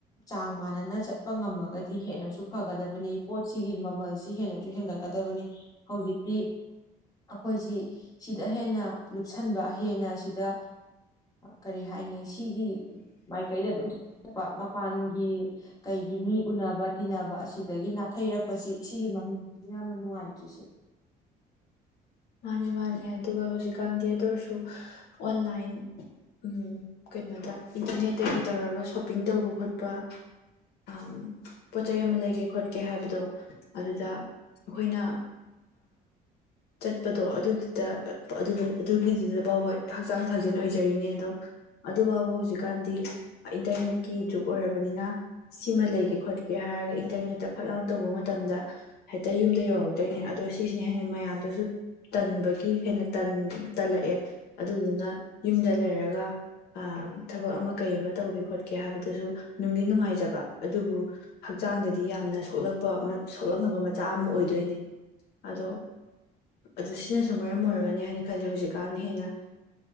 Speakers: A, on the left; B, on the left.
A: ꯆꯥꯡ ꯃꯥꯟꯅꯅ ꯆꯠꯄ ꯉꯝꯃꯒꯗꯤ ꯍꯦꯟꯅꯁꯨ ꯐꯒꯗꯕꯅꯤ ꯄꯣꯠꯁꯤꯒꯤ ꯃꯃꯜꯁꯤ ꯍꯦꯟꯅꯁꯨ ꯍꯦꯟꯒꯠꯀꯗꯕꯅꯤ ꯍꯧꯖꯤꯛꯇꯤ ꯑꯩꯈꯣꯏꯁꯤ ꯁꯤꯗ ꯍꯦꯟꯅ ꯂꯨꯞꯁꯟꯕ ꯍꯦꯟꯅ ꯁꯤꯗ ꯀꯔꯤ ꯍꯥꯏꯅꯤ ꯁꯤꯒꯤ ꯃꯥꯏ ꯀꯩꯗ ꯑꯗꯨꯝ ꯃꯄꯥꯟ ꯀꯩꯒꯤ ꯃꯤ ꯎꯅꯕ ꯇꯤꯟꯅꯕ ꯑꯁꯤꯗꯒꯤ ꯅꯥꯊꯩꯔꯛꯄꯁꯤ ꯁꯤꯒꯤ ꯃꯃꯤꯡꯁꯤꯁꯨ ꯌꯥꯝꯅ ꯅꯨꯡꯉꯥꯏꯇ꯭ꯔꯤꯁꯦ
B: ꯃꯥꯅꯤ ꯃꯥꯅꯦ ꯑꯗꯨꯒ ꯍꯧꯖꯤꯛꯀꯥꯟꯗꯤ ꯑꯗꯨ ꯑꯣꯏꯔꯁꯨ ꯑꯣꯟꯂꯥꯏꯟ ꯎ ꯀꯩꯅꯣꯗ ꯏꯟꯇꯔꯅꯦꯠ ꯇꯩꯩꯁꯨ ꯇꯔ ꯁꯣꯄꯤꯡ ꯇꯧꯕ ꯈꯣꯠꯄ ꯄꯥ ꯑ ꯄꯣꯠ ꯆꯩ ꯑꯃ ꯂꯩꯒꯦ ꯈꯣꯠ ꯀꯦ ꯍꯥꯏꯕꯗꯣ ꯑꯗꯨꯗ ꯑꯩꯈꯣꯏꯅ ꯆꯠꯄꯗꯣ ꯑꯗꯨꯗꯨꯗ ꯑꯗꯨꯒꯤ ꯁꯤꯗ ꯐꯥꯎꯕ ꯍꯛꯆꯥꯡ ꯐꯖꯦꯟ ꯑꯣꯏꯖꯔꯤꯅꯦ ꯑꯗꯣ ꯑꯗꯨ ꯐꯥꯎꯕ ꯍꯧꯖꯤꯛꯀꯥꯟꯗꯤ ꯏꯟꯇꯔꯅꯦꯠꯀꯤ ꯖ꯭ꯔꯨꯛ ꯑꯣꯏꯔꯕꯅꯤꯅ ꯁꯤꯃ ꯂꯩꯒꯦ ꯈꯣꯠꯀꯦ ꯍꯥꯏꯔꯒ ꯏꯟꯇꯔꯅꯦꯠꯇ ꯐꯠꯂꯅ ꯇꯧꯕ ꯃꯇꯝꯗ ꯍꯦꯛꯇ ꯌꯨꯝꯗ ꯌꯧꯔꯛꯇꯣꯏꯅꯦ ꯑꯗꯣ ꯁꯤꯁꯤꯅ ꯍꯦꯟꯅ ꯃꯌꯥꯝꯗꯁꯨ ꯇꯟꯕꯒꯤ ꯍꯦꯟꯅ ꯇꯜꯂꯛꯑꯦ ꯑꯗꯨꯗꯨꯅ ꯌꯨꯝꯗ ꯂꯩꯔꯒ ꯊꯕꯛ ꯑꯃ ꯀꯩ ꯑꯃ ꯇꯧꯒꯦ ꯈꯣꯠꯀꯦ ꯍꯥꯏꯕꯗꯁꯨ ꯅꯨꯡꯒꯤ ꯅꯨꯡꯉꯥꯏꯖꯕ ꯑꯗꯨꯕꯨ ꯍꯛꯆꯥꯡꯗꯗꯤ ꯌꯥꯝꯅ ꯁꯣꯛꯂꯛꯄ ꯁꯣꯛꯂꯛꯅꯕ ꯃꯆꯥꯛ ꯑꯃ ꯑꯣꯏꯗꯣꯏꯅꯦ ꯑꯗꯣ ꯑꯗꯨ ꯁꯤꯅꯁꯨ ꯃꯔꯝ ꯑꯣꯏꯔꯒꯅꯤ ꯍꯥꯏꯅ ꯈꯜꯂꯦ ꯍꯧꯖꯤꯛꯀꯥꯟ ꯍꯦꯟꯅ